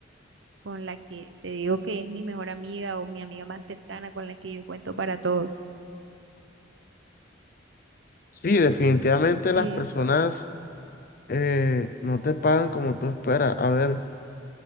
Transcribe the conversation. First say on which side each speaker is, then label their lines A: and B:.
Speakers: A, on the right; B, on the left.
A: con la que te digo que es mi mejor amiga o mi amiga más cercana con la que yo cuento para todo.
B: Sí, definitivamente las
A: Eh,
B: personas eh, no te pagan como tú esperas. A ver,